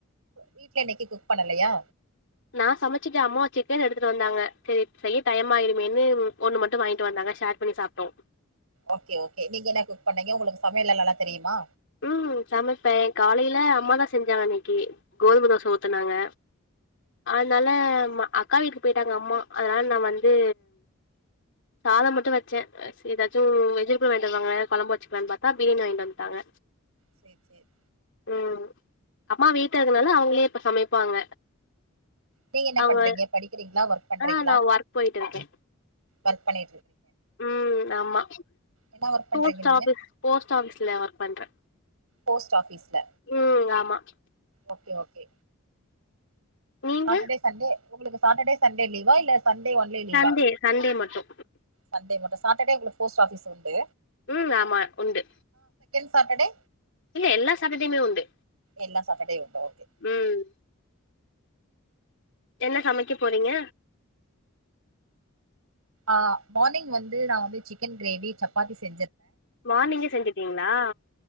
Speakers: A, on the right; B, on the left.
A: வீட்ல இன்னைக்கு குக் பண்ணலயா
B: நா சமச்சுட்ட அம்மா சிக்கன் எடுத்துட்டு வந்தாங்க சரி செய்ய டயம் ஆயிருமேன்னு ஒன்னு மட்டு வாங்கிட்டு வந்தாங்க ஷேர் பண்ணி சாப்ட்டோ
A: ஓகே ஓகே நீங்க என்ன குக் பண்ணீங்க உங்களுக்கு சமையல்லா நல்லா தெரியுமா
B: ம் சமைப்ப காலைல அம்மா தா செஞ்சாங்க இன்னைக்கி கோதும தோசை ஊத்துனாங்க அனால அக்கா வீட்டுக்கு போய்ட்டாங்க அம்மா அதனால நா வந்து சாதம் மட்டு வச்ச ஏதாச்சு வெஜிடபுள் வாங்கிட்டு வருவாங்க கொழம்பு வச்சுக்கலான்னு பாத்தா பிரியாணி வாங்கிட்டு வந்துட்டாங்க
A: சேர் சேர்
B: ம் அம்மா வீட்ல இருக்கருதுனால அவுங்களே இப்ப சமைப்பாங்க
A: நீங்க என்ன
B: அவங்க
A: பண்றீங்க படிக்கிறீங்ளா ஒர்க் பண்றீங்ளா
B: ஆ நா ஒர்க் போயிட்டு இருக்கே
A: ஒர்க் பண்ணி
B: ம் ஆமா
A: என்ன ஒர்க் பண்றீங்க
B: போஸ்
A: நீங்க
B: ஆபிஸ் போஸ்ட் ஆபீஸ்ல ஒர்க் பண்ற
A: போஸ்ட் ஆபீஸ்ல
B: ம் ஆமா
A: ஓகே ஓகே
B: நீங்க
A: சாட்டர்டே சண்டே உங்களுக்கு சாட்டர்டே சண்டே லீவா இல்ல சண்டே ஒன்லி லீவா
B: சண்டே சண்டே மட்டோ
A: சண்டே மட்டு சாட்டர்டே உங்களுக்கு போஸ்ட் ஆபிஸ் உண்டு
B: உம் ஆமா உண்டு
A: சாட்டடே
B: இல்ல எல்லா சாட்டடேமே உண்டு
A: எல்லா சாட்டர்டேயு உண்டு ஓகே
B: உம் என்ன சமைக்க போறீங்க
A: ஆ மானிங் வந்து நா வந்து சிக்கன் கிரேவி சப்பாத்தி செ
B: மார்னிங்கே செஞ்சுட்டீங்ளா